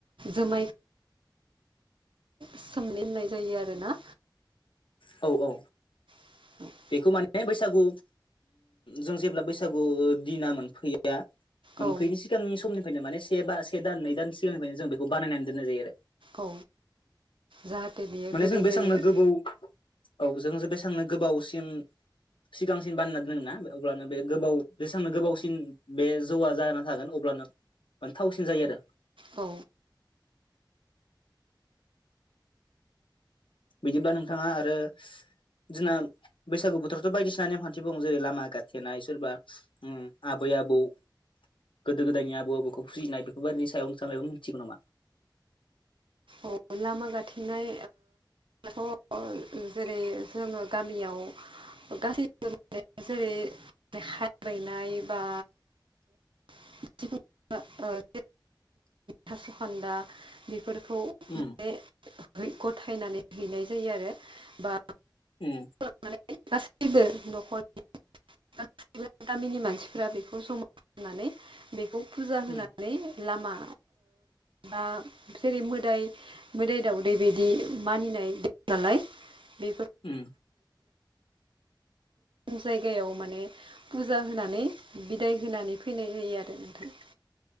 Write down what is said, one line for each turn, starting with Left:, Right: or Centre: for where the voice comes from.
Right: जुमाय सोमना दोननाय जायो आरोना।
Left: औ औ
Right: <inaudible>
Left: बेखौ माने बैसागु जों जेब्ला बैसागु दिना मोनफैया मोनफैयै
Right: औ
Left: सिगांनि समनिफ्रायनो माने से बा से दान नै दान सिगांनिफ्रायनो जों बेखौ बानायनानै दोननाय जायो आरो।
Right: औ जाहाथे बियो
Left: माने
Right: गोदै
Left: जों बेसेबांनो
Right: जायो।
Left: गोबौ औ जों जे बेसेबांनो गोबावसिम सिगांसिन बानायना दोनोना अब्लानो बे गोबाव बेसांनो गोबावसिन बे जौआ जाना थागोन अब्लानो मा थावसिन जायो आरो
Right: औ
Left: बिदिब्ला नोंथाङा आरो जोंना बैसागु बोथोरावथ' बायदिसिना नेमखान्थि दङो जेरै लामा गाथेनाय सोरबा ओम आबै आबौ गोदो गोदायनि आबौ आबैखौ फुजिनाय बेफोरबायदिनि सायावनो थानाय मिथिगौ नामा?
Right: औ लामा गाथेनाय ओ <unintelligible> जेरै जोङो गामियाव गासै <unintelligible> जेरै <unintelligible> नाय बा <unintelligible> थास'खान्दा बेफोरखौ
Left: ओम
Right: <unintelligible> गथायनानै हैनाय जायो आरो बा
Left: उम
Right: माने गासैबो न'खरनि <unintelligible> गासैबो गामिनि मानसि फोर बेखौ समायनानै बेखौ फुजा होनानै
Left: उम
Right: लामा बा ओ जेरै मोदाइ मोदाइ दाउदै बिदि मानिनाय नालाय बेफोर
Left: उम
Right: जायगायाव माने फुजा होनानै बिदाय होनानै फैनाय जायो आरो नोंथां।